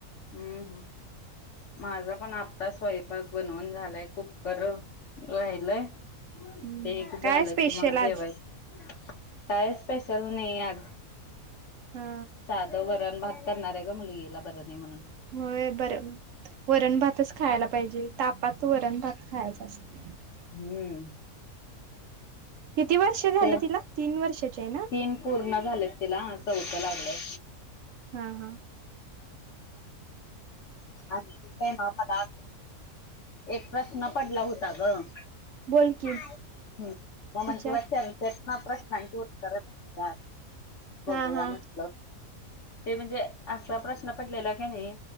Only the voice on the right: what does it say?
हम्म
काय स्पेशल
आज
हा
होय बरं वरण भातच खायला पाहिजे तापात वरण भात खायच असत
किती वर्ष झालं
तिला तीन वर्षाचे आहे ना
हा हा
बोल की
विचार
हा हा